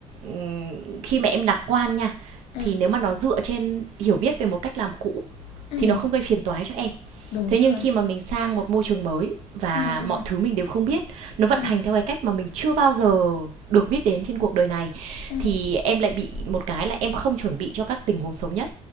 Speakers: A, on the right (about 60°); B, on the left (about 55°).
A: ừm, khi mà em lạc quan nha,
B: ờ,
A: thì nếu mà nó dựa trên hiểu biết về một cách làm cũ
B: ừ.
A: thì nó không gây phiền toái cho em
B: Đúng
A: thế
B: rồi.
A: nhưng khi mà mình sang một môi trường mới và
B: Ừ, ừ,
A: mọi thứ mình đều không biết nó vận
B: ừ,
A: hành theo cái cách mà mình chưa bao giờ được biết đến trên cuộc đời này
B: ừ,
A: thì em lại bị một cái là em không chuẩn bị cho các tình huống xấu nhất